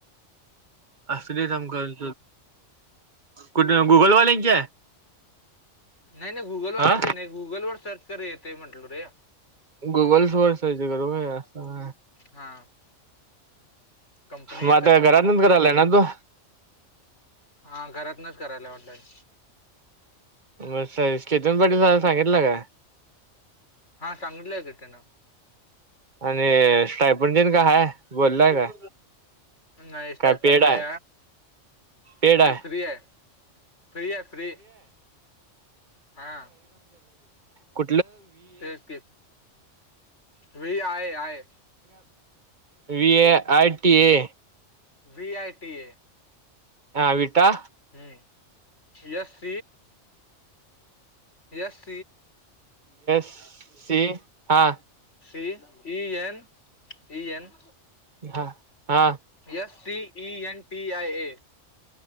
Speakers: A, on the right; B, on the left.
A: अस नाही सम काल कुठे गुगलवाल्यांची आहे
B: नाही नाही गुगलवाल्यांच
A: हा
B: नाही गुगल वर सर्च कर येते म्हटल रे
A: गुगल सोर सर्च करूय असं
B: हा कंपनी
A: मता
B: येते त्यांची
A: घरात न कराला आहे ना तू
B: हा घरातनच करायला ऑनलाईन
A: ब स केतन पाटीलला सांगितलं का
B: हा सांगितलंय की त्यानं
A: आणि स्टायपंटीन का हाय बोललाय काय
B: नाही साप
A: काय पेड
B: नाही
A: हाय? पेड
B: नाही
A: हाय?
B: फ्रीि आहे फ्रीिया फ्री हां
A: क
B: तेच व आहे आहे
A: विए यटीए
B: वी आय टी ए
A: हा विटा
B: हम्म यस यस
A: स सी हा
B: C E N E N
A: हा हा
B: S T E N T I A